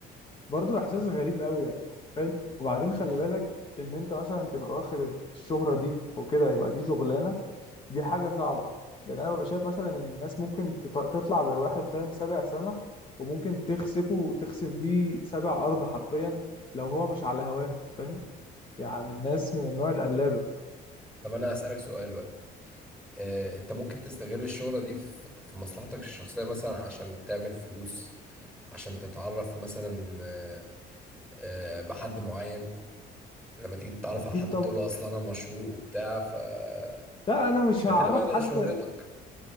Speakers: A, on the left; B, in the centre.
A: برضو إحساس غريب قوي يعني انت متخيل وبعدين خلي بالك ان انت مثلا تبقى واخد الشهرة دي او كده يبقى دي شغلانة دي حاجة صعبة لان انا ببقى شايف مثلا ان الناس ممكن تط- تطلع بالواحد فاهم سابع سما وممكن تخسفه تخسف بيه سابع ارض حرفيا لو هو مش على هواه فاهم يعني الناس من النوع القلابة
B: طب انا هسألك سؤال بقى آه، انت ممكن تستغل الشهرة دي في في مصلحتك الشخصية مثلا عشان تعمل فلوس عشان تتعرف مثلا آه، آه، بحد معين لما تيجي تتعرف
A: اكيد
B: على حد
A: طبعا
B: تقول له اصل انا مشهور وبتاع فتستغل
A: لا انا مش هعرف
B: بقى
A: حد
B: شهرتك